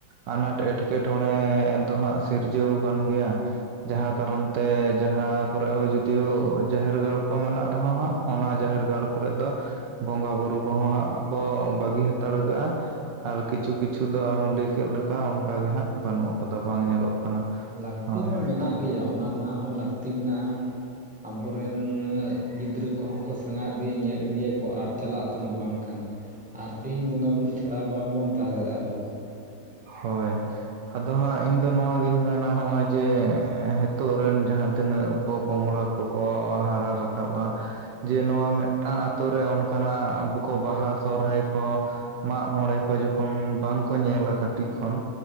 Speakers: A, on the right; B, in the centre.
A: ᱟᱱᱟᱴ ᱮᱸᱴᱠᱮ ᱴᱚᱬᱮ ᱫᱚ ᱦᱟᱸᱜ ᱥᱤᱨᱡᱟᱹᱣ ᱠᱟᱱ ᱜᱮᱭᱟ ᱡᱟᱦᱟᱸ ᱠᱟᱨᱚᱱ ᱛᱮ ᱡᱟᱦᱟᱸ ᱠᱚᱨᱮ ᱦᱚᱸ ᱡᱩᱫᱤᱭᱳ ᱡᱟᱦᱮᱨ ᱜᱟᱲ ᱠᱚ ᱢᱮᱱᱟᱜ ᱨᱮᱦᱚᱸ ᱦᱟᱸᱜ ᱚᱱᱟ ᱡᱟᱦᱮᱨ ᱜᱟᱲ ᱠᱚᱨᱮᱜ ᱫᱚ ᱵᱚᱸᱜᱟ ᱵᱩᱨᱩ ᱠᱚᱦᱚᱸ ᱦᱟᱸᱜ ᱠᱚ ᱵᱟᱹᱜᱤ ᱦᱟᱛᱟᱲ ᱠᱟᱜᱼᱟ ᱟᱨ ᱠᱤᱪᱷᱩ ᱠᱤᱪᱷᱩ ᱫᱚ ᱟᱢ ᱞᱟᱹᱭ ᱠᱮᱫ ᱞᱮᱠᱟ ᱚᱱᱠᱟ ᱜᱮ ᱦᱟᱸᱜ ᱵᱟᱹᱱᱩᱜ ᱠᱚᱫᱚ ᱵᱟᱝ ᱧᱮᱞᱚᱜ ᱠᱟᱱᱟ
B: ᱞᱟᱹᱠᱛᱤ
A: ᱦᱳᱭ
B: ᱢᱟ ᱢᱮᱱᱟᱜ ᱜᱮᱭᱟ ᱚᱱᱟ ᱨᱮᱱᱟᱜ ᱦᱚᱸ ᱞᱟᱹᱠᱛᱤ ᱢᱮᱱᱟᱜᱼᱟ ᱟᱵᱚ ᱨᱮᱱ ᱜᱤᱫᱨᱟᱹ ᱠᱚᱦᱚᱸ ᱠᱚ ᱥᱮᱬᱟ ᱤᱫᱤᱭᱟ. ᱧᱮᱞ ᱤᱫᱤᱭᱟ. ᱠᱚ ᱟᱫ ᱪᱟᱞᱟᱜ ᱟ ᱠᱟᱱᱟ ᱵᱟᱝ ᱠᱷᱟᱱ ᱟᱨ ᱛᱮᱦᱮᱧ ᱵᱚᱸᱜᱟ ᱵᱩᱨᱩ ᱪᱷᱟᱲᱟ ᱵᱟᱝ ᱵᱚᱱ ᱛᱟᱦᱮᱸ ᱫᱟᱲᱮᱭᱟᱜᱼᱟ ᱟᱵᱚᱱ
A: ᱦᱳᱭ ᱟᱫᱚ ᱦᱟᱸᱜ ᱤᱧ ᱫᱚ ᱱᱚᱣᱟ ᱜᱤᱧ ᱢᱮᱱᱟ ᱱᱚᱜᱼᱚᱭ ᱡᱮ ᱱᱤᱛᱚᱜ ᱨᱮᱱ ᱡᱟᱦᱟ ᱛᱤᱱᱟᱹᱜ ᱯᱚ ᱯᱚᱝᱲᱟ ᱠᱚᱠᱚ ᱦᱟᱨᱟ ᱨᱟᱠᱟᱵᱟ ᱟ ᱡᱮ ᱱᱚᱣᱟ ᱢᱤᱫ ᱴᱟᱝ ᱟᱛᱳ ᱨᱮ ᱚᱱᱠᱟ ᱱᱟᱜ ᱟᱵᱚ ᱠᱚ ᱵᱟᱦᱟ ᱥᱚᱦᱚᱨᱟᱭ ᱠᱚ ᱢᱟᱜ ᱢᱟᱬᱮ ᱠᱚ ᱡᱚᱠᱷᱚᱱ ᱵᱟᱝᱠᱚ ᱧᱮᱞᱟ ᱠᱟᱹᱴᱤᱡ ᱠᱷᱚᱱ